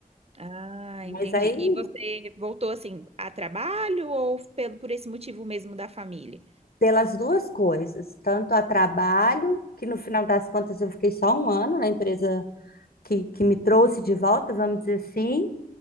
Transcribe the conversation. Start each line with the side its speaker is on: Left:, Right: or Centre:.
Right: Ah,
Left: Mas
Right: entendi.
Left: aí
Right: E você voltou assim a trabalho ou pelo por esse motivo mesmo da família?
Left: pelas duas coisas, tanto a trabalho, que no final das contas eu fiquei só um ano na empresa que, que me trouxe de volta, vamos dizer assim,